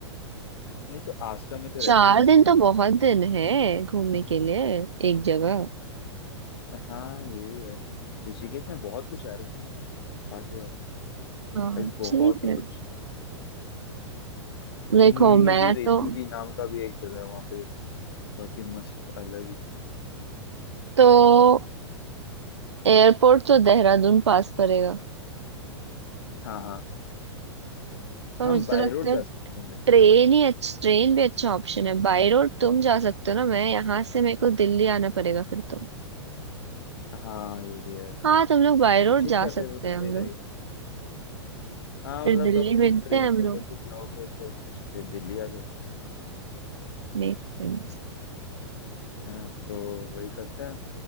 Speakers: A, on the left; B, on the right.
A: नहीं तो आश्रम में तो
B: चार
A: रेस्ट ही करने
B: दिन
A: जाएंगे
B: तो बहुत दिन है घूमने के लिए एक जगह
A: हाँ ये भी है ऋषिकेश में बहुत कुछ है यार घूमने के लिए बात हुआ है
B: हाँ
A: लाइक बहुत
B: ठीक
A: ही
B: है
A: कुछ
B: देखो
A: मुन्नी
B: मैं
A: की रेती
B: तो
A: भी नाम का भी एक जगह है वहां पे बहुत ही मस्त अलग ही
B: तो एयरपोर्ट तो देहरादून पास पड़ेगा
A: हाँ हाँ
B: पर
A: हम
B: मुझे
A: बाय
B: तो लगता
A: रोड जा
B: है
A: सकते हैं भाई
B: ट्रेन ही अच्छा ट्रेन भी अच्छा ऑप्शन है बाई रोड तुम जा सकते हो ना मैं यहाँ से मेरे को दिल्ली आना पड़ेगा फिर तो
A: हाँ ये भी है
B: हाँ तुम लोग बाई रोड
A: तो ठीक
B: जा
A: है
B: सकते
A: फिर वो तो
B: हैं
A: सही
B: हम
A: रहेगा
B: लोग
A: हाँ
B: फिर
A: मतलब
B: दिल्ली
A: तो अब
B: मिलते
A: तुम ट्रेन
B: हैं हम
A: से उधर
B: लोग
A: से जाओगे तो इससे अच्छा फिर दिल्ली आ जाओ
B: Make sense
A: है ना तो वही करते हैं